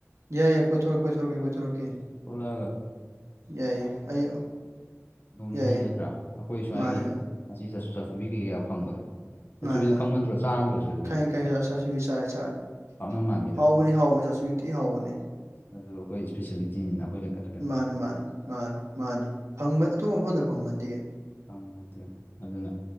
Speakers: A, on the right; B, on the left.
A: ꯌꯥꯏ ꯌꯥ ꯀꯣꯏꯊꯣꯔꯛ ꯀꯣꯏꯊꯣꯔꯛꯀꯦ ꯀꯣꯏꯊꯣꯔꯛꯀꯦ
B: ꯊꯣꯛꯂꯛꯑꯒ
A: ꯌꯥꯏ ꯌꯥꯏ ꯑꯩ
B: ꯅꯣꯡꯅꯤꯅꯤ
A: ꯌꯥꯏꯌꯦ
B: ꯅꯠꯇ꯭ꯔꯥ ꯑꯩꯈꯣꯏ ꯁ꯭ꯋꯥꯏꯒꯤ
A: ꯃꯥꯅꯦ
B: ꯑꯁꯤ ꯆꯥꯁꯨꯕꯤ ꯀꯩ ꯀꯥ ꯐꯪꯕꯗꯣ ꯆꯥꯁꯨꯕꯤꯗꯣ
A: ꯃꯥꯅꯦ ꯃꯥꯅꯦ
B: ꯈꯪꯃꯟꯗ꯭ꯔꯣ ꯆꯥꯔꯝꯗ꯭ꯔꯣ ꯆꯥꯁꯨꯕꯤꯗꯣ
A: ꯈꯪꯏ ꯈꯪꯏ ꯆꯥꯁꯨꯕꯤ ꯆꯔꯦ ꯆꯔꯦ
B: ꯄꯥꯛꯅꯝ ꯃꯥꯟꯕꯤ
A: ꯍꯥꯎꯕꯅꯤ ꯍꯥꯎꯕꯅꯤ ꯆꯥꯁꯨꯕꯤ ꯊꯤ ꯍꯥꯎꯕꯅꯦ
B: ꯑꯗꯣ ꯑꯩꯈꯣꯏ ꯏꯁꯄꯤ ꯁꯦꯂꯤꯇꯤꯅꯤꯅ ꯑꯩꯈꯣꯏꯗ ꯀ
A: ꯃꯥꯅꯤ ꯃꯥꯅꯤ ꯃꯥꯅꯤ ꯃꯥꯅꯤ ꯐꯪꯕ ꯑꯇꯣꯞꯄ ꯃꯐꯝꯗ ꯐꯪꯕ ꯅꯠꯇꯦ
B: ꯐꯪꯕ ꯅꯠꯇꯦꯅ ꯑꯗꯨꯅ